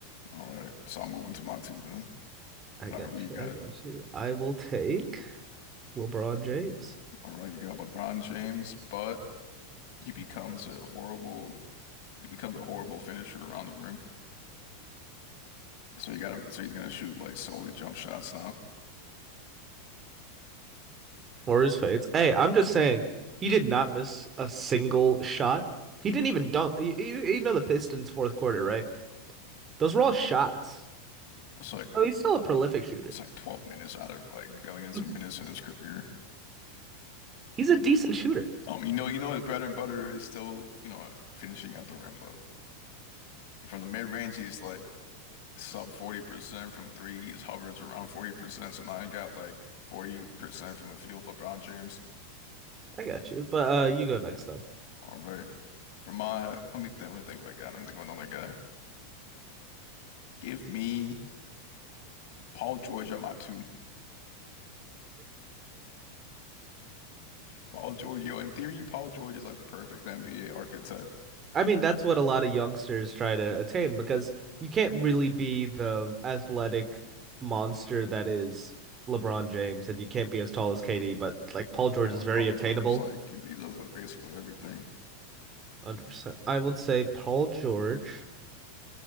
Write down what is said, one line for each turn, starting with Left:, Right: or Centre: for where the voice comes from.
Left: All right, so I'm moving to my two then.
Right: I
Left: All
Right: got
Left: right, who you
Right: you.
Left: got?
Right: I got you. I will take LeBron James
Left: All right, you got LeBron James, but he becomes a horrible, he becomes a horrible finisher around the rim. So you got him. So he's gonna shoot like solely jump shots now.
Right: or his fades. Hey, I'm just saying he did not miss a single shot. He didn't even dunk. You, you, you know the Pistons fourth quarter, right? Those were all shots.
Left: It's like
Right: Oh, he's still a prolific shooter.
Left: it's like 12 minutes out of like billions
Right: <laughs>
Left: of minutes in his career.
Right: He's a decent shooter.
Left: Um, you know, you know his bread and butter is still, you know, finishing at the rim though. From the mid range, he's like sub 40%. From three, he hovers around 40%. So now he got like 40% from the field, LeBron James.
Right: I got you. But uh you go next time.
Left: All right. For my, let me think, let me think of a guy. Let me think of another guy. Give me Paul George at my two. Paul George, yo, in theory, Paul George is like the perfect NBA archetype.
Right: I mean, that's what a lot of youngsters try to attain because you can't really be the athletic monster that is LeBron James, and you can't be as tall as KD, but like Paul George
Left: Yeah,
Right: is
Left: like
Right: very
Left: Paul
Right: attainable.
Left: George, like he does like basically everything.
Right: 100%. I would say Paul George,